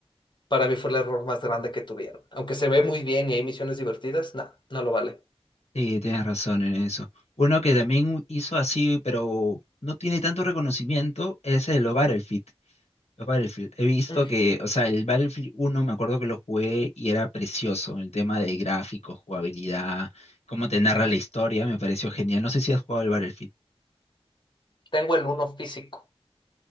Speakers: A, on the left; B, on the left.
A: para mí fue el error más grande que tuvieron. Aunque se ve muy bien y hay misiones divertidas, no, no lo vale.
B: Sí, tienes razón en eso. Uno que también hizo así, pero no tiene tanto reconocimiento, es el Battlefield. Los Battlefield. He visto
A: Mm,
B: que, o sea, el Battlefield uno me acuerdo que lo jugué y era precioso. El tema de gráficos, jugabilidad, cómo te narra
A: Aquí
B: la historia, me pareció genial. No sé si has jugado el Battlefield.
A: tengo el uno físico.